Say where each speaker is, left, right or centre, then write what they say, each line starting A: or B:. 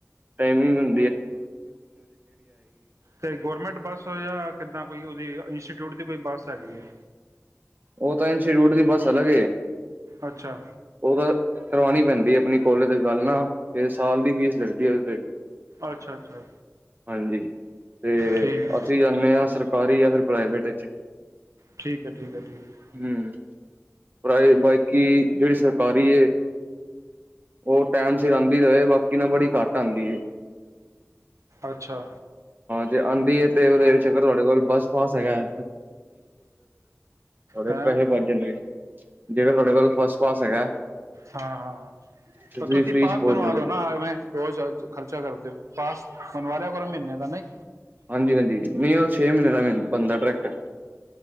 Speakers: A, on the right; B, on the right.
A: ਟਾਈਮਿੰਗ ਹੁੰਦਾ
B: ਤੇ ਗੌਰਮੈਂਟ ਬੱਸ ਜਾਂ ਕਿੱਦਾਂ ਕੋਈ ਉਹਦੀ ਇੰਸਟੀਟਿਊਟ ਦੀ ਕੋਈ ਬੱਸ ਹੈਗੀ ਹੈ।
A: ਉਹ ਤਾਂ ਇੰਸਟੀਟਿਊਟ ਦੀ ਬੱਸ ਅਲੱਗ
B: ਅੱਛਾ
A: ਉਹ ਤਾਂ ਕਰਵਾਉਣੀ ਪੈਂਦੀ ਆਪਣੀ ਕੋਲੇਜ ਦੀ ਗੱਲ ਨਾ ਤੇ ਸਾਲ ਦੀ ਫੀਸ ਲੱਗਦੀ ਹੈ।
B: ਅੱਛਾ ਅੱਛਾ
A: ਹਾਂਜੀ ਤੇ
B: ਠੀਕ
A: ਅਸੀਂ ਜਾਂਦੇ ਹਾਂ ਸਰਕਾਰੀ ਆ ਫਿਰ ਪ੍ਰਾਈਵੇਟ ਚ
B: ਠੀਕ ਹੈ ਠੀਕ ਹੈ ਠੀਕ ਹੈ
A: ਹਮ ਪ੍ਰਾਈਵੇਟਬਾਕੀ ਜਿਹੜੀ ਸਰਕਾਰੀ ਉਹ ਟੈਮ ਸਿਰ ਆਉਂਦੀ ਰਹੇ ਬਾਕੀ ਨਾ ਬੜੀ ਘੱਟ ਆਉਂਦੀ
B: ਅੱਛਾ
A: ਜੇ ਆਉਂਦੀ ਹੈ ਤੇ ਉਹਦੇ ਵਿੱਚ ਤੁਹਾਡੇ ਕੋਲ ਬਸ ਪਾਸ ਹੈਗਾ ਬੜੇ
B: ਹੈਂ
A: ਪੈਸੇ ਬਚ ਜਾਣਗੇ ਜੇਕਰ ਤੁਹਾਡੇ ਕੋਲ ਬੱਸ ਪਾਸ ਹੈਗਾ
B: ਹਾਂ ਹਾਂ
A: ਤੇ
B: ਤੁਸੀਂ
A: ਫ੍ਰੀ
B: ਪਾਸ
A: ਚ ਪਹੁੰਚ
B: ਬਣਵਾ
A: ਜਾਓਗੇ।
B: ਲੋ ਨਾ ਐਵੇਂ ਰੋਜ਼ ਖਰਚਾ ਕਰਦੇਓ ਪਾਸ ਬਣਵਾ ਲਿਆ ਕਰੋ ਮਹੀਨੇ ਦਾ ਨਹੀਂ
A: ਹਾਂਜੀ ਹਾਂਜੀ ਨਹੀਂ ਉਹ ਛੇ ਮਹੀਨੇ ਦਾ ਮ ਬੰਦਾ ਡਾਇਰੈਕਟ ਹੈ